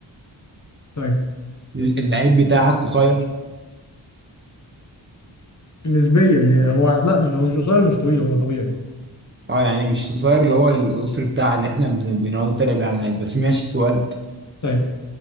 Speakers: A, on the left (about 40°); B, on the right (about 25°).
A: طيب
B: ال- اللعيب بتاعك قصير
A: نسبيا يعني هو لا مش هو مش قصير مش طويل هو طبيعي
B: اه يعني مش قصير اللي هو القصر بتاع اللي احنا بن- بنقعد نتريق بيه على الناس بس ماشي سؤالك
A: طيب